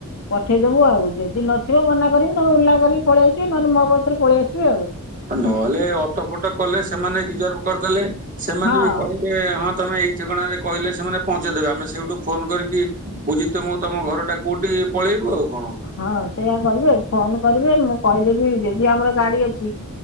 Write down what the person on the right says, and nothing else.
ନହେଲେ ଅଟୋ ଫଟୋ କଲେ ସେମାନେ ରିଜର୍ଭ କରିଦେଲେ ସେମାନେ
ବି କହେ ହଁ ତମେ ଏଇ ଠିକଣାରେ କହିଲେ ସେମାନେ ପହଞ୍ଚେଇଦେବେ ଆମେ ସେଇଠୁ ଫୋନ କରିକି ବୁଝି ତ ମୁଁ ତମ ଘର ଟା କୋଉଠି ପଳେଇବୁ ଆଉ କଣ?